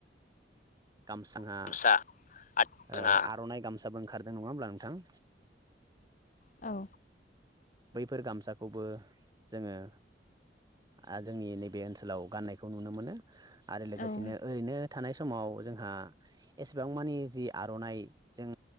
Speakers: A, on the right (about 20°); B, on the left (about 45°).
A: गामसांआ
B: गामसा आथिखालाव जोंहा
A: ओ आर'नाइ गामसाबो ओंखारदों नङा होमब्ला नोंथां?
B: औ।
A: बैफोर गामसाखौबो जोङो आ जोंनि नैबे ओनसोलाव गाननायखौ नुनो मोनो आरो लोगोसेनो
B: औ
A: ओरैनो थानाय समाव जोंहा एसेबां मानि जि आर'नाइ जों